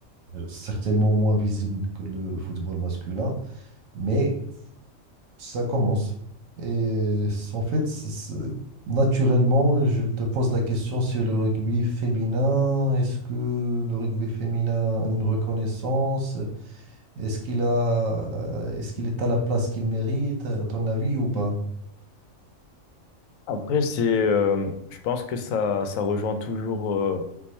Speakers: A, on the right; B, on the left.
A: certainement moins visible que le football masculin, mais Ça commence. Et c'est- en fait, c'est- c'est- naturellement, je te pose la question sur le rugby féminin. Est-ce que le rugby féminin a une reconnaissance? Est-ce qu'il a, euh, est-ce qu'il est à la place qu'il mérite, à ton avis, ou pas?
B: Après, c'est, euh, je pense que ça, ça rejoint toujours. euh,